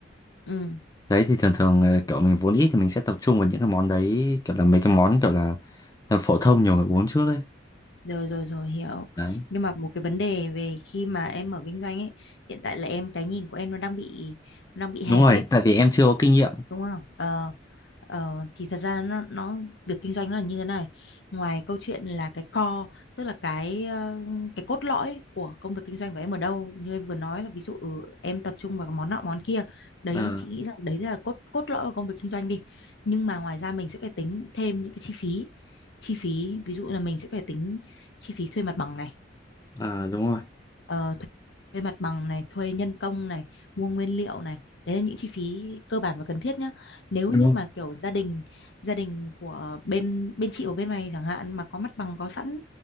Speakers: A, on the left; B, on the left.
A: Ừ.
B: Đấy thì thường thường ờ, kiểu mình vốn ít thì mình sẽ tập trung vào những cái món đấy kiểu là mấy cái món kiểu là là phổ thông nhiều người uống trước ấy.
A: Rồi rồi rồi hiểu.
B: Đấy.
A: Nhưng mà một cái vấn đề về khi mà em mở kinh doanh ấy, hiện tại là em cái nhìn của em nó đang bị nó đang bị
B: Đúng
A: hẹp
B: rồi,
A: ấy,
B: tại vì em chưa có kinh nghiệm.
A: đúng không ờ, ờ, thì thật ra nó nó việc kinh doanh nó là như thế này ngoài câu chuyện là cái core tức là cái ờ, cái cốt lõi của công việc kinh doanh của em ở đâu như em vừa nói là ví dụ ừ, em tập trung vào món nọ món kia đấy
B: Ờ,
A: chị nghĩ rằng đấy là cốt cốt lõi của công việc kinh doanh đi nhưng mà ngoài ra mình sẽ phải tính thêm những cái chi phí chi phí ví dụ là mình sẽ phải tính chi phí thuê mặt bằng này
B: à, đúng rồi.
A: ờ, thuê thuê mặt bằng này, thuê nhân công này, mua nguyên liệu này, đấy là những chi phí cơ bản và cần thiết nhá. Nếu
B: Đúng
A: như
B: rồi.
A: mà kiểu gia đình gia đình của bên bên chị ở bên mày chẳng hạn mà có mặt bằng có sẵn